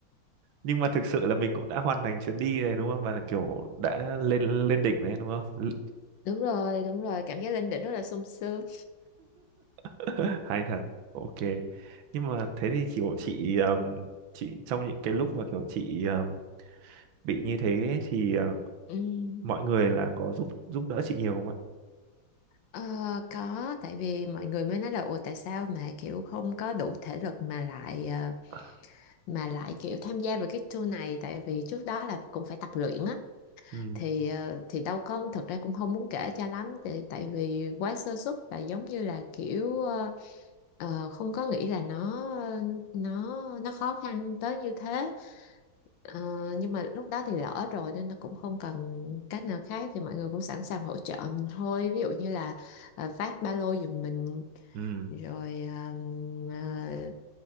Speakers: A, on the right; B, on the left.
A: nhưng mà thực sự là mình cũng đã hoàn thành chuyến đi này đúng không? Và kiểu đã lên lên đỉnh đấy đúng không?
B: đúng rồi đúng rồi cảm giác lên đỉnh rất là sung sướng
A: <laughs> hay thật ok nhưng mà thế thì kiểu chị um, chị trong những cái lúc mà kiểu chị um, bị như thế ấy, thì uh,
B: Ừm,
A: mọi người là có giúp giúp đỡ chị nhiều không ạ
B: ờ, có tại vì mọi người mới nói là ủa tại sao mà kiểu không có đủ thể lực mà lại ờ,
A: <laughs>
B: mà lại kiểu tham gia vào cái tour này tại vì trước đó là cũng phải tập luyện á
A: ừ
B: thì ờ, thì đâu có thật ra cũng không muốn kể cho lắm tại tại vì quá sơ suất và giống như là kiểu ờ, ờ, không có nghĩ là nó nó nó khó khăn tới như thế Ờ, nhưng mà lúc đó thì lỡ rồi nên nó cũng không cần cách nào khác thì mọi người cũng sẵn sàng hỗ trợ mình thôi ví dụ như là ờ, phát ba lô giùm mình
A: ừ
B: rồi ờ, ờ,